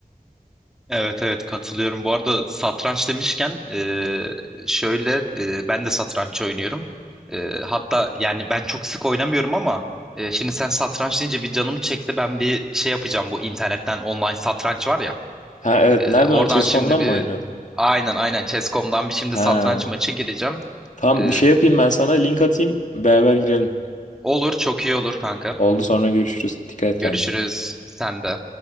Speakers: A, in the centre; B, on the left.
A: Evet evet katılıyorum. Bu arada satranç demişken eee, şöyle eee, ben de satranç oynuyorum. Eee, hatta yani ben çok sık oynamıyorum ama eee, şimdi sen satranç deyince bir canım çekti. Ben bir şey yapacağım bu internetten online satranç var ya.
B: Ha evet
A: Ee,
B: nereden
A: oradan
B: o? Chess.com'dan
A: şimdi bir
B: mı oynuyorsun?
A: aynen aynen Chess.com'dan bir şimdi
B: Ha
A: satranç maçı gireceğim.
B: tamam
A: Ee,
B: bir şey yapayım ben sana link atayım beraber girelim.
A: olur çok iyi olur kanka.
B: Oldu sonra görüşürüz. Dikkat et
A: Görüşürüz
B: kendine.
A: sen de.